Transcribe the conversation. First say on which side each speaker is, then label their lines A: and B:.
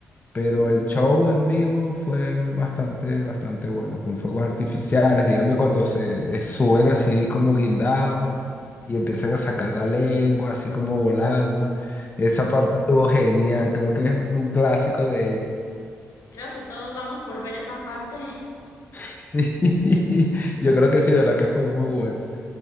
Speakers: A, on the left; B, on the left.
A: Pero el show en vivo fue bastante, bastante bueno, con fuegos artificiales, dígame cuando se eh, suben así como guindados y empiezan a sacar la lengua, así como volando. Esa parte estuvo genial, creo que es un clásico de ellos.
B: Creo que todos vamos por ver esa parte.
A: <laughs> Sí, yo creo que sí, de verdad que fue muy bueno.